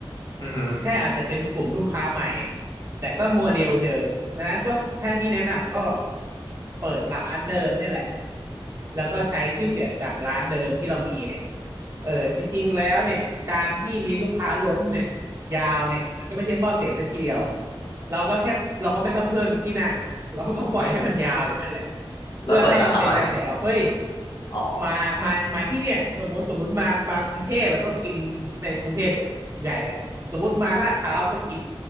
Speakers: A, on the left (about 50°); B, on the right (about 35°).
A: อือฮึ
B: แค่อาจจะเป็นกลุ่มลูกค้าใหม่แต่ก็โมเดลเดิมดังนั้นก็ถ้าพี่แนะนำก็เปิดร้านเดิมเนี่ยแหละ แล้วก็ใช้ชื่อเสียงจากร้านเดิมที่เรามีเนี่ยเออจริงๆ แล้วเนี่ย การที่มีลูกค้าล้นเนี่ยยาวเนี่ยมันก็ไม่ใช่ข้อเสียซะทีเดียวเราก็แค่เราก็ไม่ต้องเพิ่มที่นั่งเราก็ปล่อยให้มันยาวอย่างนั้นแหละ เพื่อให้มันเป็นกระแสว่าเฮ้ย
A: แล้วเปิดสาขาใหม่อ๋อ
B: มามามาที่เนี่ยสมมุติสมมุติมามากรุงเทพอะต้องกินไม่กรุงเทพมันใหญ่ไป สมมติมาลาดพร้าวต้องกิน